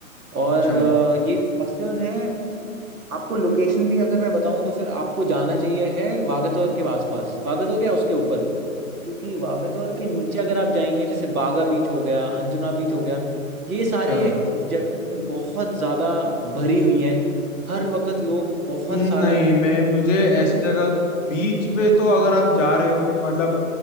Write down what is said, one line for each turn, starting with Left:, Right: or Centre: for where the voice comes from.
Right: और
Centre: अच्छा
Right: अ, ये हॉस्टल्स हैं आपको लोकेशन भी अगर मैं बताऊं तो फिर आपको जाना चाहिए है वागतौर के आसपास वागतौर या उसके ऊपर क्योंकि वागतौर के नीचे अगर आप जाएंगे जैसे बागा बीच हो गया अंजुना बीच हो गया ये सारे
Centre: अच्छा
Right: जगह बहुत ज्यादा भरी हुई हैं हर वक्त लोग बहुत
Centre: नहीं
Right: सारा
Centre: मैं मुझे ऐसी जगह बीच पे तो अगर आप जा रहे हो तो मतलब